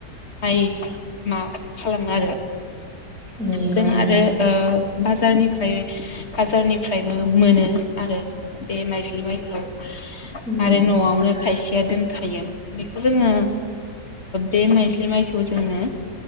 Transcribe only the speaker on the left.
आइ मा खालामो आरो
जों
आरो बाजारनिफ्राय बाजारनिफ्रायबो मोनो आरो बे माइजलि माइखौ
आरो न'आवनो खायसेया दोनखायो बेखौ जोङो बे माइज्लि माइखौ जोङो